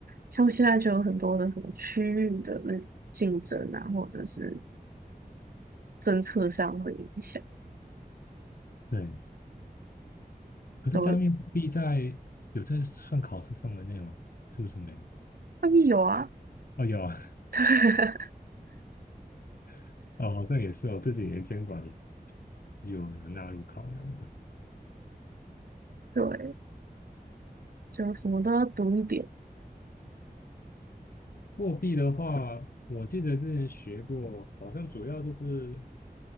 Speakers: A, on the right (about 65°); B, on the left (about 65°).
A: 像现在就有很多的什么区域的那种竞争啊，或者是政策上会影响，
B: 对，可是加密货币在有在算考试范围内吗？
A: 都会
B: 是不是没有？
A: 外面有啊，
B: 哦，有啊，
A: <laughs>
B: <laughs> 哦，好像也是哦。这几年监管有有纳入考量的。
A: 对，就什么都要读一点。
B: 货币的话，我记得之前学过，好像主要就是